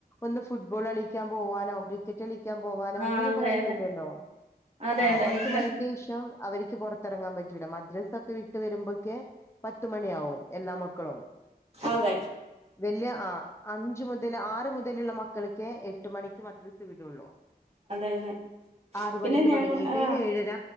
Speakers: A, on the left (about 15°); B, on the right (about 40°).
A: ഒന്ന് ഫുട്ബോള് കളിക്കാൻ പോവാനോ ക്രിക്കറ്റ് കളി ക്കാൻ പോവാനോ
B: ആ
A: ഒന്നിനും
B: അതെ
A: പറ്റുന്നില്ലല്ലോ
B: അതെ അതെ
A: ആ
B: അതെ
A: പത്തുമണിക്കീഷം
B: ഇവിടെ
A: അവരിക്ക് പൊറ പുറത്തിറങ്ങാൻ പറ്റൂല മദ്രസ്സൊക്കെ വിട്ട് വരുമ്പോക്കെ പത്തു മണിയാവും എല്ലാ മക്കളും
B: അതെ
A: വല്യ ആ അഞ്ചു മുതല് ആറ് മുതലുള്ള മക്കൾക്കേഎട്ട് മണിക്ക് മദ്രസ്സ വിടുവൊള്ളു
B: അതെ
A: ആറ്
B: പിന്നെ
A: മണിക്ക്
B: ഞ
A: തൊടങ്ങീട്ട്
B: ആ
A: ഏഴര